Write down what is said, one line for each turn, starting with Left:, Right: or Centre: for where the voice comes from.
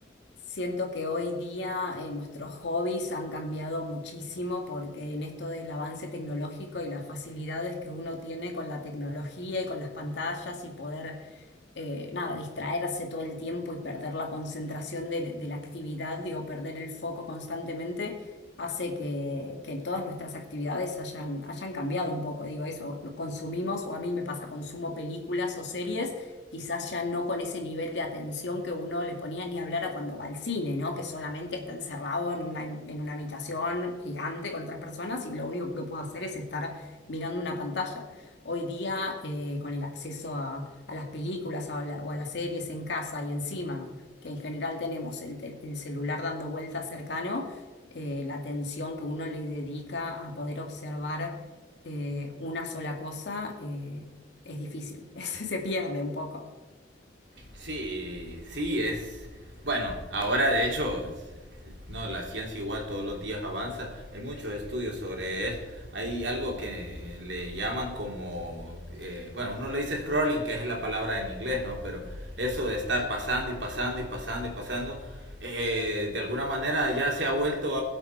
Left: Siento que hoy día eh, nuestros hobbies han cambiado muchísimo porque en esto del avance tecnológico y las facilidades que uno tiene con la tecnología y con las pantallas y poder eh, nada, distraerse todo el tiempo y perder la concentración de, de la actividad, digo, perder el foco constantemente, hace que, que todas nuestras actividades hayan, hayan cambiado un poco. Digo, eso, lo consumimos, o a mí me pasa, consumo películas o series, quizás ya no con ese nivel de atención que uno le ponía ni hablar a cuando va al cine, ¿no? Que solamente está encerrado en una, en una habitación gigante con otras personas y lo único que puedo hacer es estar mirando una pantalla. Hoy día, eh, con el acceso a a las películas a la- o a las series en casa y encima, que en general tenemos el, tel- el celular dando vueltas cercano, eh, la atención que uno le dedica a poder observar eh, una sola cosa eh, es difícil, <laughs> se se pierde un poco.
Right: Sí, sí, es... Bueno, ahora de hecho, es- es- no, la ciencia igual todos los días avanza. Hay muchos estudios sobre eso. Hay algo que le llaman como... eh, bueno, uno le dice scrolling, que es la palabra en inglés, ¿no? Pero eso de estar pasando y pasando y pasando y pasando, eh, de alguna manera ya se ha vuelto